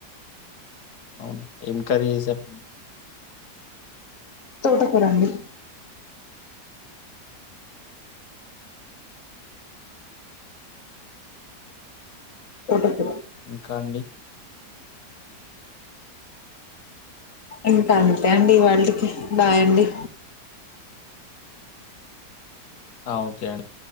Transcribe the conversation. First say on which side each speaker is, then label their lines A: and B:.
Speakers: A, on the left; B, on the left.
A: అవును ఏం కరీ చేసారండి
B: తోటకుర అండి తోట కూర
A: ఇంకా అండి?
B: ఇంకా అంతే అండి ఈ వాళ్ళింటి కి బై అండి
A: ఆ ఒకే అండి